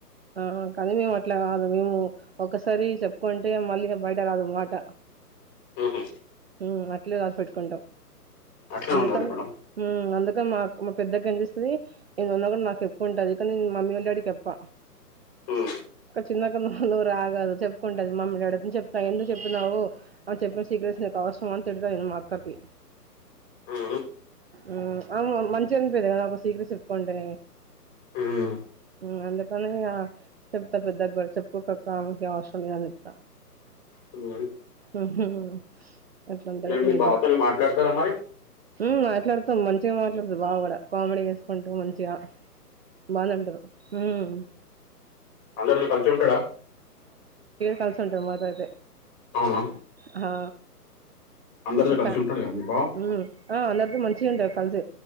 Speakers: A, on the right; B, on the left.
A: ఆ కానీ మేము అట్లా కాదు మేము ఒక సరి చెప్పుకుంటే మళ్ళీ ఇక బయటరాదు మాట
B: ఉహు
A: ఉమ్మ్ అట్లే దాచి పెట్టుకుంటాం
B: అట్లా
A: అందుకని
B: ఉండాలి మేడం
A: ఉమ్మ్ అందుకని మా మా పెద్దక్క ఎంచేస్తాది ఎన్నిఉన్నా కూడా నాకు చెప్పుకుంటది కానీ నేను మమ్మీ వాళ్ల డాడీకి చెప్ప
B: ఉమ్
A: <inaudible> క చిన్నక్క నోరు ఆగదు చెప్పుకుంటది మమ్మి డాడి తోన చెప్తా ఎందుకు చెప్తున్నావు అ చెప్పిన సీక్రెట్ నికు అవసరామని తిడతా నేను మా అక్కకి
B: ఉమ్
A: ఉమ్మ్ ఆమె మం మంచిగనిపియదు కదా ఒకరి సీక్రెట్స్ చెప్పుకుంటే
B: ఉమ్మ్
A: ఉమ్మ్ అందుకని ఇంగ చెప్తా పెద్దక్క కూడా చెప్పుకోకక్క ఆమెకి అవసరం లేదని చెప్తా
B: ఉమ్మ్
A: ఉహు అట్లుంటది
B: మీరు మీ
A: మీతో
B: బావతోని మాట్లాడతారా మరి
A: మ్మ్ అట్లుం తం మంచిగా మాట్లాడుతడు బావా కూడా కామెడీ చేసుకుంటూ మంచిగా బానే ఉంటరు ఊమ్
B: అందరిని కలిసి ఉంటాడా
A: కల్సుంటరు మాతో అయితే
B: అవునా
A: ఆ
B: అందరితో
A: ఒక
B: కలిసి
A: ఫ్యా
B: ఉంటాడు కదా మీ బావ
A: మ్మ్ ఆ అందరితో మంచిగుంటరు కలిసి